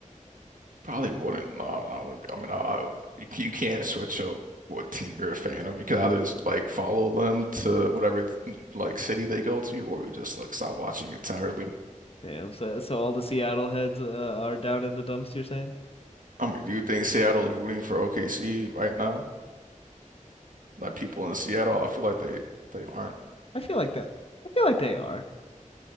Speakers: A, on the right; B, on the left.
A: probably wouldn't. No, no, I wouldn't. be- I mean, I- you, c- you can't switch up what team you're a fan of. You can either just like follow them to whatever like city they go to, or you just like stop watching entirely.
B: Damn, so so all the Seattle heads uh, are down in the dumps, you're saying?
A: I mean, do you think Seattle is rooting for OKC right now? Like people in Seattle, I feel like they they aren't.
B: I feel like that. I feel like they are.